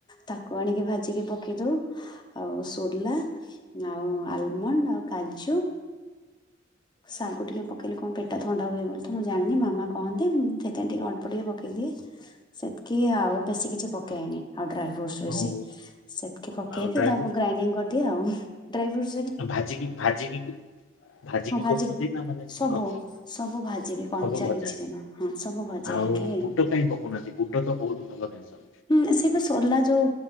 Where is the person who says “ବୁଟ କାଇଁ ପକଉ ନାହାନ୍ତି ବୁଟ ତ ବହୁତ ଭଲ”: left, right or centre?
Left